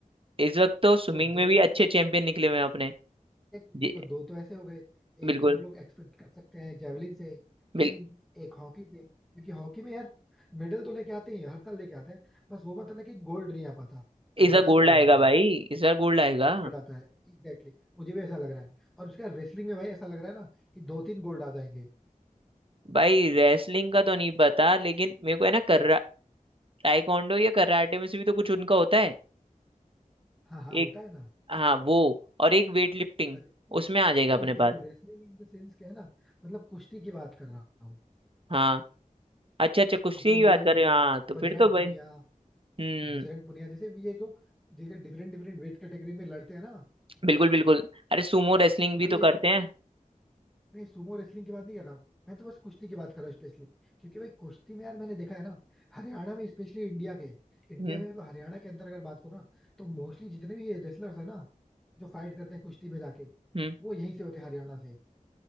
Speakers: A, on the right; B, in the centre.
A: इस वक्त तो स्विमिंग
B: तो
A: में
B: दो
A: भी अच्छे
B: तो
A: चैंपियन निकले हुए हैं अपने
B: एग्जैक्टली
A: जी,
B: देखो दो तो ऐसे हो गए एक
A: बिल्कुल
B: तो हम लोग एक्सपेक्ट कर सकते हैं जेवलिन से
A: बिल,
B: तीन एक हॉकी से क्योंकि हॉकी में यार मेडल तो लेके आते ही हैं हर साल लेके आते हैं बस वो मतलब है कि गोल्ड नहीं आ पाता बट
A: इस बार
B: मेडल
A: गोल्ड
B: तो आ
A: आएगा
B: जाता है
A: भाई
B: यार
A: इस बार गोल्ड आएगा
B: इस बार गोल्ड आता है Exactly exactly. मुझे भी ऐसा लग रहा है और उसका रेसलिंग में भाई ऐसा लग रहा है ना कि दो तीन गोल्ड आ जाएंगे
A: भाई रेसलिंग का तो नहीं पता लेकिन मेरे को है ना कर्रा टाइकोंडो या कराटे में से भी तो कुछ उनका होता है
B: हाँ हाँ
A: एक
B: होता है ना
A: हाँ वो और एक वेट लिफ्टिंग
B: रेसलिंग
A: उसमें आ जाएगा अपने
B: नहीं देखो
A: पास
B: रेसलिंग इन द सेंस क्या है ना मतलब कुश्ती की बात कर रहा हूँ
A: हाँ अच्छा अच्छा कुश्ती
B: जिसमें
A: की
B: ये
A: बात
B: लोग
A: कर रहे
B: अ,
A: हो हाँ तो
B: बजरंग
A: फिर तो भाई
B: पुनिया
A: हम्म
B: बजरंग पुनिया जैसे भी ये जो जैसे डिफरेंट डिफरेंट वेट कैटेगरी में लड़ते हैं ना
A: बिल्कुल बिल्कुल अरे सुमो रेसलिंग
B: तो
A: भी
B: भाई
A: तो
B: ये
A: करते हैं
B: नहीं सुमो रेसलिंग की बात नहीं कर रहा हूँ मैं तो बस कुश्ती की बात कर रहा हूँ स्पेशली क्योंकि भाई कुश्ती में यार मैंने देखा है ना हरियाणा में स्पेशली इंडिया के इंडिया
A: हम्म
B: में मतलब हरियाणा के अंदर अगर बात करो ना तो मोस्टली जितने भी ये रेसलर्स है ना जो फाइट करते हैं कुश्ती में जाके
A: हम्म
B: वो यहीं से होते हैं हरियाणा से